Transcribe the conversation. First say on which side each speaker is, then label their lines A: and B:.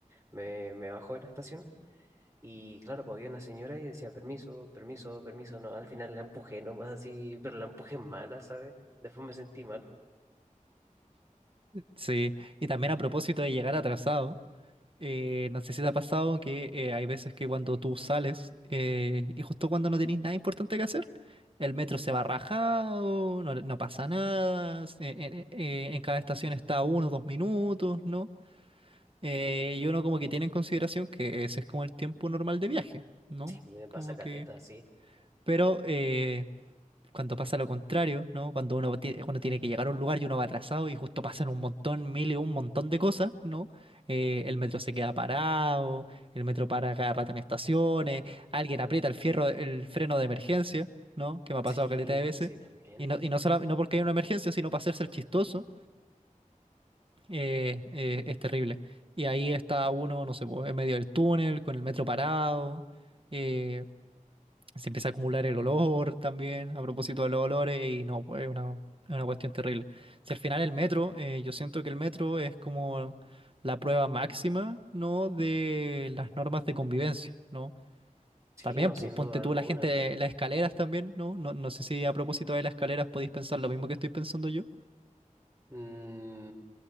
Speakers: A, on the right (about 20°); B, on the right (about 40°).
A: me, me bajó de la estación Y claro, pues había una señora y decía, permiso, permiso, permiso, no, al final la empujé nomás así, pero la empujé mala, ¿sabes? Después me sentí mal.
B: Sí. Y también a propósito de llegar atrasado. Eh, no sé si te ha pasado que eh, hay veces que cuando tú sales eh, y justo cuando no tenéis nada importante que hacer, el metro se va rajado, no, no pasa nada, s- eh, eh, eh, en cada estación está uno, dos minutos, ¿no? Eh, y uno como que tiene en consideración que ese es como el tiempo normal de viaje, ¿no?
A: Sí, me pasa
B: Como
A: caleta,
B: que...
A: sí.
B: Pero eh, cuando pasa lo contrario, ¿no? Cuando uno tiene, uno tiene que llegar a un lugar y uno va atrasado y justo pasan un montón, mil y un montón de cosas, ¿no? Eh, el metro se queda parado, el metro para cada rato en estaciones, alguien aprieta el fierro, el freno de emergencia, ¿no? Que me ha pasado
A: Sí,
B: caleta de veces.
A: sí, también.
B: Y no, y no solo, no porque hay una emergencia, sino para hacerse el chistoso, eh, eh, es terrible. Y ahí está uno, no sé, pues, en medio del túnel, con el metro parado. eh, se empieza a acumular el olor también, a propósito de los olores, y no, pues es una, es una cuestión terrible. Si al final el metro, eh, yo siento que el metro es como la prueba máxima, ¿no? De las normas de convivencia, ¿no?
A: Sí,
B: También,
A: no,
B: pues
A: sin
B: ponte
A: duda alguna.
B: tú la gente las escaleras también, ¿no? No, no sé si a propósito de las escaleras podéis pensar lo mismo que estoy pensando yo.
A: Mm,